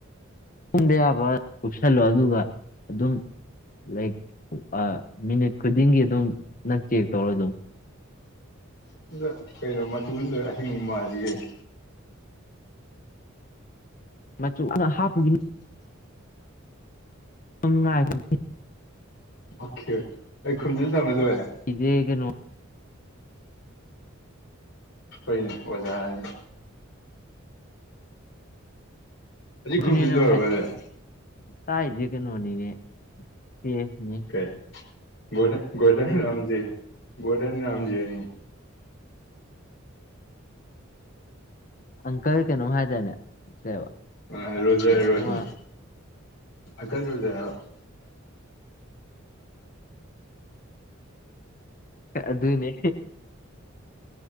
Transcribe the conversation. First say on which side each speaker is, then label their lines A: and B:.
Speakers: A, on the left; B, on the left.
A: ꯇꯨꯡꯕ ꯌꯥꯕ ꯀꯨꯞꯁꯜꯂꯣ ꯑꯗꯨꯒ ꯑꯗꯨꯝ ꯂꯥꯛ ꯑ ꯃꯤꯅꯤꯠ ꯈꯨꯗꯤꯡꯒꯤ ꯑꯗꯨꯝ ꯅꯪ ꯆꯦꯛ ꯇꯧꯔ ꯑꯗꯨꯝ
B: ꯑꯗꯨꯒ ꯀꯩꯅꯣ ꯃꯆꯨꯁꯤꯗꯣ ꯑꯍꯤꯡ ꯃꯥꯔꯤꯒꯦ ꯀꯩꯅꯣ
A: ꯃꯆꯨ ꯍꯥꯟꯅ ꯍꯥꯞꯄꯨꯒꯤꯅꯨ ꯁꯝꯥꯏ <unintelligible>
B: ꯑꯣꯀꯦ ꯑꯩ ꯈꯨꯟꯁꯤꯟ ꯊꯝꯃ ꯂꯣꯏꯔꯦ
A: ꯏꯗ <unintelligible>
B: ꯍꯣꯏꯅꯦ ꯑꯣꯖꯥꯅꯤꯅꯦ ꯍꯧꯖꯤꯛ
A: ꯈꯨꯗꯤꯅꯦ
B: ꯈꯨꯝꯖꯤꯜ
A: ꯅꯪ
B: ꯂꯣꯏꯔꯕꯣ
A: ꯍꯥꯏ
B: ꯑꯗꯨꯗꯤ
A: ꯇꯥꯛꯁꯦ ꯀꯩꯅꯣꯅꯤꯅꯦꯦꯁꯅꯦ <unintelligible>
B: ꯀ ꯗꯣ ꯗꯣꯟ ꯔꯝꯖꯤ ꯗꯣꯟ ꯔꯝꯖꯤꯅꯤ unintelligible <unintelligible>
A: ꯑꯪꯀꯜ ꯀꯩꯅꯣꯝ ꯍꯥꯏꯗꯥꯏꯅꯦ ꯀꯩꯕ
B: ꯑ ꯔꯣꯖꯔ ꯔꯣꯖꯥ
A: ꯑꯃ
B: ꯑꯀꯜ ꯔꯣꯖꯥ ꯍꯥꯏꯕ <unintelligible>
A: ꯑꯗꯨꯅꯦ